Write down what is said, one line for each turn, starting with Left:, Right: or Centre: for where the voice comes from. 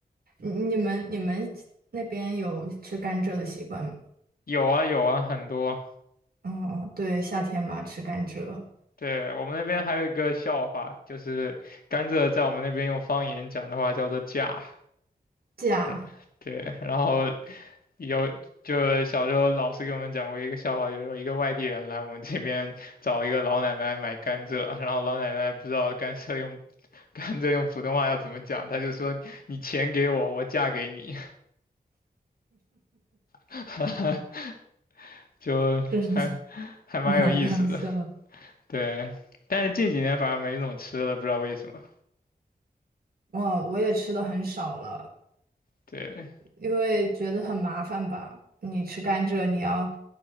Right: 你们你们那边有吃甘蔗的习惯吗？
Left: 有啊有啊，很多。
Right: 哦，对，夏天嘛，吃甘蔗，
Left: 对，我们那边还有一个笑话，就是甘蔗在我们那边用方言讲的话叫做“架”，
Right: 假，
Left: 是吧对，然后有，就小时候老师给我们讲过一个笑话，就是说一个外地人来我们这边找一个老奶奶买甘蔗，然后老奶奶不知道甘蔗用 <laughs> 甘蔗用普通话要怎么讲，她就说你钱给我，我嫁给你，<laughs> 就还还蛮有意思的。
Right: <laughs> 真是蛮搞笑的。
Left: 对，但是近几年反而没怎么吃了，不知道为什么。
Right: 哇，我也吃的很少了，
Left: 对，
Right: 因为觉得很麻烦吧。你吃甘蔗，你要